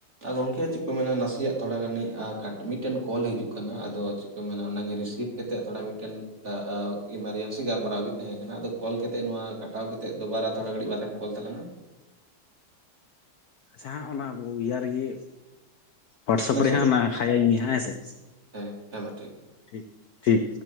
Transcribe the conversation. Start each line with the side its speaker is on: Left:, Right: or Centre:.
Right: ᱟ ᱜᱚᱝᱠᱮ ᱪᱮᱫ ᱠᱚ ᱢᱮᱱᱟ ᱱᱟᱥᱮᱭᱟᱜ ᱛᱷᱚᱲᱟ ᱜᱟᱱᱤᱧ ᱟ ᱠᱟᱴ ᱢᱤᱫᱴᱮᱱ ᱠᱚᱞ ᱦᱤᱡᱩᱜ ᱠᱟᱱᱟ ᱟᱫᱚ ᱢᱮᱱᱟᱜ ᱚᱱᱟᱧ ᱨᱤᱥᱤᱵᱷ ᱠᱟᱛᱮᱫ ᱛᱷᱚᱲᱟ ᱢᱤᱫᱴᱮᱱ ᱡᱟ ᱟᱣ ᱤᱢᱟᱨᱡᱮᱱᱥᱤ ᱜᱟᱞᱢᱟᱨᱟᱣ ᱜᱤ ᱛᱮᱦᱮᱸ ᱠᱟᱱᱟ ᱟᱫᱚ ᱠᱚᱞ ᱠᱟᱛᱮᱜ ᱱᱚᱣᱟ ᱠᱟᱴᱟᱣ ᱠᱮᱛᱮᱫ ᱫᱚᱵᱟᱨᱟ ᱛᱷᱚᱲᱟ ᱜᱷᱟᱹᱲᱤᱡ ᱵᱟᱫᱮᱢ ᱠᱚᱞ ᱛᱟᱞᱟᱝᱟ᱾
Left: ᱟᱪᱪᱷᱟ ᱦᱟᱸᱜ ᱚᱱᱟ ᱤᱭᱟᱹ ᱨᱮᱜᱮ ᱦᱳᱣᱟᱴᱥᱟᱯ
Right: ᱢᱮᱥᱮᱡᱽ
Left: ᱨᱮ ᱦᱟᱸᱜ ᱚᱱᱟ ᱦᱟᱭ ᱟᱹᱧ ᱢᱮ ᱦᱟ ᱦᱮᱸᱥᱮ᱾
Right: ᱦᱮᱸ ᱦᱮᱸ ᱢᱟ ᱴᱷᱤᱠ
Left: ᱴᱷᱤᱠ ᱴᱷᱤᱠ᱾